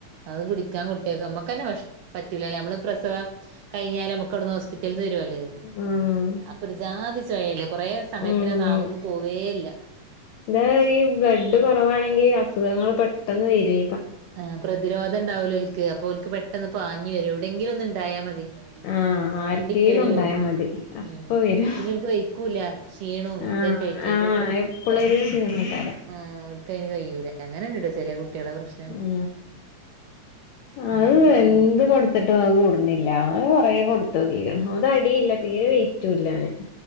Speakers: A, on the right (about 75°); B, on the left (about 75°).
A: അത് കുടിക്കാൻ കുട്ടിയൊക്കെ നമ്മക്ക് പറ്റൂ നമ്മ പ്രസവ കഴിഞ്ഞാല നുക്ക് അവിടുന്ന് ഹോസ്പിറ്റല
B: ആഹ്
A: അപ്പൊ ഒരു ജാതി ചോയല്ലേ കൊറേ സമയത്തിന്
B: ഉം
A: നാവൊന്നും പോവേ ഇല്ല
B: ഇതാ ഈ ബ്ലഡ് കൊറവാണെങ്കി അസുഖങ്ങള് പെട്ടെന്ന് വര്
A: ആ പ്രതിരോധംണ്ടാവലോ ഒലക്ക് അപ്പൊ അവക്ക് പെട്ടെന്ന് പാഞ്ഞഞ് വരും എവിടെയെങ്കിലും ഒന്നും ഉണ്ടായാൽ മതി
B: ആഹ ആക്കെിലും
A: വണ്ടി കേറി
B: ഉണ്ടായാൽ
A: വരും
B: മതി അപ്പ
A: ഉം
B: വരും
A: പിന്നെ ഓൽക്ക് വെയ്ക്കൂല ക്ഷീണവും
B: ആ
A: ഇതൊക്കെ ആയിട്ട്
B: ആഹ എപ്പോള്ളൊര്
A: ക്കെ
B: ചെയ്യുന്നട്ടാര
A: ആഹ് ഓൽക്ക് അയിന് കഴയില്ല അങ്ങന ഉണ്ടട ചില കുട്ടികളെശ്ം
B: ഉ ആ
A: അങ്ങനത്തെ
B: അ
A: പ്രശ്നം
B: എന്ത് കൊടുത്തിട്ടും അത് കൂടുന്നില്ല അവ കൊറ കൊടുത്ത നോക്കിക്കണം അത അടിയില്ല തീരെ വെറ്റൂല്ലാന്